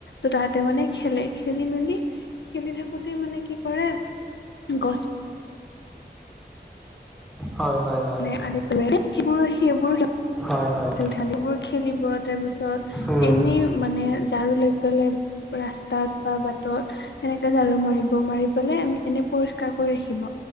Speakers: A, on the left; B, in the centre.
A: তুতাহতে মানে খেলে খেলি মেলি খেলি থাকোতে মানে কি কৰে গছ
B: হয় - হয়। হয়
A: মানে আনি পেলাই সেইবোৰ - সেইবোৰ <unintelligible>
B: হয়-হয়।
A: সিহঁতিবোৰ খেলিব তাৰপিছত
B: উম
A: এনেই মানে ঝাৰু লৈ পেলাই ৰাস্তাত বা বাটত সেনেকে ঝাৰু মাৰিব ৰিব মাৰি পেলাই এনে পৰিষ্কাৰ কৰি ৰাখিব।